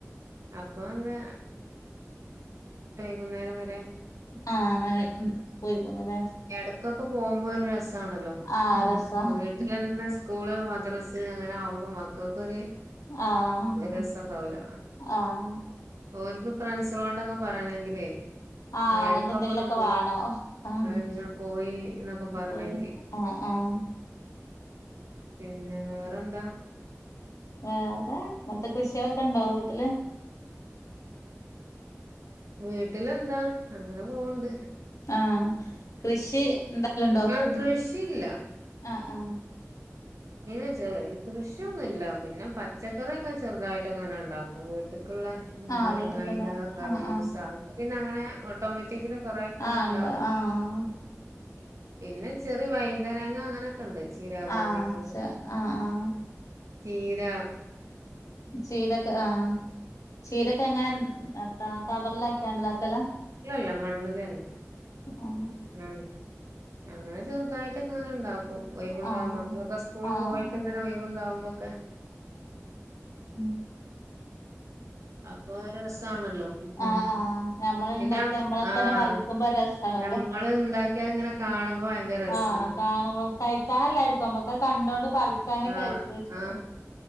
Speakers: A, on the right; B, on the left.
A: അപ്പൊ എന്താ വൈകുന്നേരം വരെ
B: ആഹ് അങ്ങനെ പോയി വന്നല്ലാ
A: ഇടക്കൊക്കെ പോകുമ്പോ ഒരു രസാണല്ലോ
B: ആഹ് രസാ
A: വീട്ടിലെന്നെ സ്കൂള് മദ്രസ അങ്ങനെ ആകുമ്പോ മക്കൾക്കൊര്
B: ആഹ്
A: രസംണ്ടാവൂല
B: ആഹ്
A: ഒര്ക്കും ഫ്രണ്ട്സ്കളോണ്ടൊക്കെ പറണെങ്കിലേ
B: ആഹ് അങ്ങനത്തെ
A: എടക്കൊക്കൊന്ന്
B: എന്തെങ്കിലുമൊക്കെ
A: പോ
B: വേണോ ആഹ്
A: ഇങ്ങനെ പോയിന്നൊക്കെ പറയണെങ്കി
B: പോയി ആഹ് ആഹ്
A: പിന്നെ വേറെന്താ
B: വേറെ മറ്റേ കൃഷിയൊക്ക്ണ്ടാ വീട്ടില്
A: വീട്ടിലെന്താ അങ്ങനെ പോവണ്ട്
B: ആഹ് കൃഷി ഉണ്ടാക്കലുണ്ടോ
A: ആ കൃഷിയില്ല
B: ആഹ് ആഹ്
A: <unintelligible> കൃഷിയൊന്നുല്ല പിന്നെ പച്ചക്കറിയൊക്കെ ചെറുതായിട്ട്ങ്ങനെ ഇണ്ടാക്കും വീട്ടില് ക്കുള്ള
B: ആഹ്
A: മുരിങ്ങയില
B: വീട്ടിക്കുള്ള
A: കറ്മൂസ
B: ആഹ് ആഹ്
A: പിന്നങ്ങനെ ഓട്ടോമാറ്റിക്കലി കുറെയക്ക്ങ്ങ്ണ്ടാവും
B: ആഹ് ഉണ്ട് ആഹ്
A: പിന്നെ ചെറിയ വൈതനങ്ങ അങ്ങനൊക്ക്ണ്ട് ചീരാപറുങ്കി
B: ആഹ്
A: <unintelligible>
B: ച ആഹ് ആഹ്
A: ചീര
B: ചീരൊക്കെ ആഹ് ചീരൊക്കെങ്ങനാ നെത്താ കവറിലാക്കിയോണ്ടാക്കല
A: അല്ലല്ല മണ്ണിലെന്നെ
B: ആഹ്
A: ഉം അങ്ങനെ ചെറുതായിട്ടൊക്കെ അങ്ങനെ ഉണ്ടാകും ഒയിവ്ണ്ടാകുമ്പോ
B: ആഹ്
A: മക്കളൊക്കെ സ്കൂള്പോയിട്ട്ങ്ങനെ
B: ആഹ്
A: ഒയിവുണ്ടാവുമ്പോക്കെ
B: ഉം
A: അപ്പൊ ഒരസാണല്ലോ പിന്നെ
B: ആഹ് ആഹ് ഞമ്മള് ഇണ്ടാക്കി നമ്മളെ
A: ആഹ്
B: തന്നെ പറിക്കുമ്പോ ഒരു രസാണല്ലോ
A: ഞമ്മള്ണ്ടാക്കിയാ ഇങ്ങനെ കാണുമ്പോ ഭയങ്കര രസാണ്
B: ആഹ് കാണുമ്പോ കഴിക്കാനല്ലായിരിക്കും നമ്മക്ക് കണ്ടോണ്ട് പറിക്കാനൊക്കെ
A: ആ
B: ആയിരിക്കും ഇഷ്ടം
A: ആ